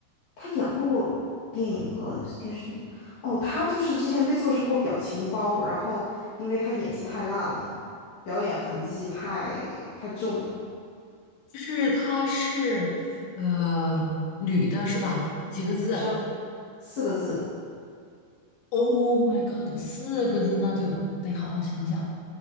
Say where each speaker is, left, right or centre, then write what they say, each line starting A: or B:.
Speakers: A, on the left; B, on the left.
A: 他演过电影和电视剧吗？哦，他就是之前被做成过表情包，然后因为他演技太烂了，表演痕迹太太重了，
B: 就是她是呃女的是吧？几个字
A: 女生。四个字，
B: ？Oh my god，四个字那就得好好想想，